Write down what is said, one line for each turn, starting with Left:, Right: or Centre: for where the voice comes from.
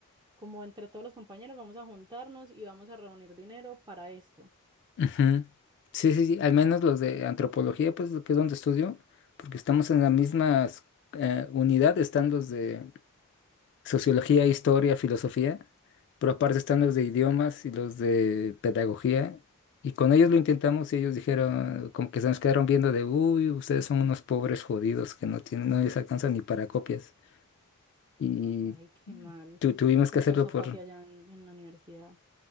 Right: como entre todos los compañeros vamos a juntarnos y vamos a reunir dinero para esto.
Left: Ujú. Sí, sí, sí, al menos los de antropología, pues que es donde estudio, porque estamos en la misma eh, unidad, están los de sociología, historia, filosofía, pero aparte están los de idiomas y los de pedagogía. Y con ellos lo intentamos y ellos dijeron, como que se nos quedaron viendo de, uy, ustedes son unos pobres jodidos que no tienen, no les alcanzan ni para copias. Y
Right: Ay, qué mal,
Left: tu- tuvimos que
Right: que
Left: hacerlo
Right: pues eso
Left: por,
Right: pase allá en, en la universidad.